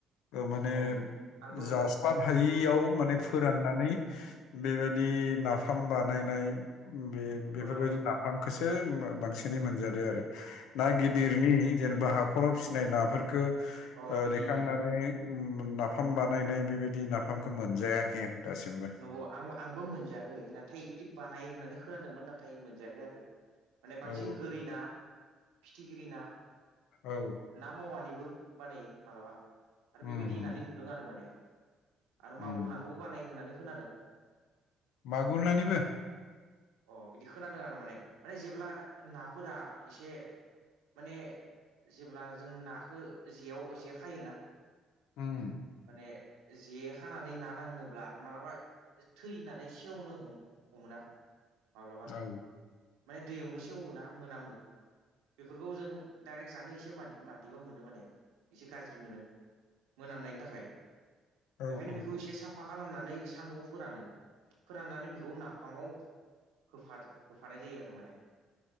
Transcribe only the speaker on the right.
औ आंबो
नंगौ नंगौ
औ
अ
बिदि आं
अ आं आंबो मोनजायाखै नाथाय बिदि बानायो होननानै खोनादोंमोन नाथाय मोनजाखै आरो। माने बांसिन
गोरि ना फिथिगिरि ना।
ना मावानिबो बानायो मालाबा आरो बेबायदि
होननानै
नुदों आरो माने। आरो मागुर
नाखौबो बानायो होननानै खोनादों
अ बिदि खोनादों आरो माने माने जेब्ला नाफोरा एसे माने जेब्ला जों नाखौ जेयाव जे खायोना।
माने जे खानानै ना नाङोब्ला माब्लाबा थैनानै सेवनो हमोना माब्लाबा।
माने दैयावनो सेवोना मोनामो। बेफोरखौ जों डाइरेक्ट जानो एसे मादि-मादिबा मोनो माने एसे गाज्रि मोनो। मोनामनायनि थाखाय
बेखायनो
बेखौ एसे साफा खालामना। नै सानदुंआव फोरानो फोराननानै बेखौ नाफामाव होफा होफानाय जायो आरो माने।